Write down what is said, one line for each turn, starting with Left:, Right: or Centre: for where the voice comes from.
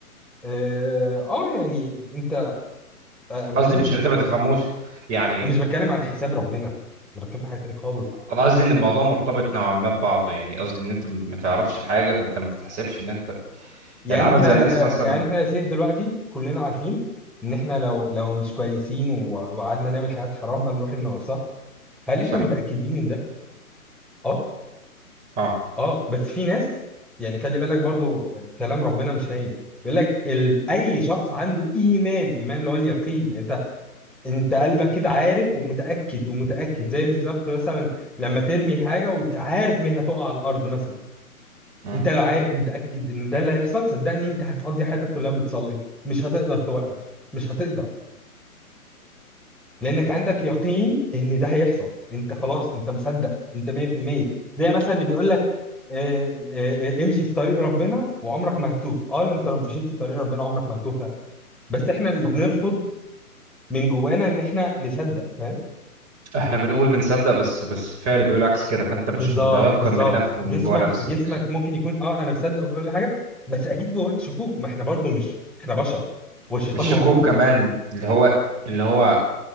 Centre: اه آه، يعني انت آه آه، ما
Right: قصدي
Centre: انا
Right: مش
Centre: مش
Right: إن انت
Centre: بتكلم
Right: ما تفهموش يعني
Centre: انا مش بتكلم عن حساب ربنا انا بتكلم في حاجة تانية خالص
Right: انا قصدي ان الموضوع مرتبط نوعا ما ببعضه يعني قصدي ان انت ما تعرفش حاجه فانت ما تتحسبش ان انت
Centre: يعني
Right: يعني عامل
Centre: احنا
Right: زي الناس
Centre: آه،
Right: مثلا
Centre: يعني احنا يا سيف دلوقتي كلنا عارفين ان احنا لو لو مش كويسين و- وقعدنا نعمل حاجات حرام هنروح النار صح؟ هل
Right: صح
Centre: احنا متأكدين من ده؟ اه
Right: اه
Centre: اه بس في ناس يعني خلي بالك برضو كلام ربنا مش هين يقول لك ال... اي شخص عنده ايمان ايمان اللي هو اليقين يعني انت انت قلبك كده عارف ومتاكد ومتاكد زي بالظبط مثلا لما ترمي حاجه وانت عارف ان هي هتقع على الارض مثلا
Right: مم.
Centre: انت لو عارف متاكد ان ده اللي هيحصل صدقني انت هتقضي حياتك كلها بتصلي مش هتقدر توقف مش هتقدر لانك عندك يقين ان ده هيحصل انت خلاص انت مصدق انت 100% زي مثلا اللي بيقول لك آه، آه، آه، امشي في طريق ربنا وعمرك ما هتتوه اه لأ، انت لو مشيت في طريق ربنا عمرك ما هتتوه فعلا بس احنا اللي بنرفض من جوانا ان احنا نصدق فاهم
Right: احنا بنقول بنصدق بس بس فعل بيقول عكس كده فانت مش
Centre: بالظبط
Right: متيقن
Centre: بالظبط
Right: من نفسك من
Centre: جسمك
Right: جوه نفسك
Centre: جسمك ممكن يكون اه انا مصدق وكل حاجه بس اكيد جواك شكوك ما احنا برضو مش احنا بشر والشيطان
Right: مش
Centre: موجود
Right: شكوك كمان اللي هو اللي هو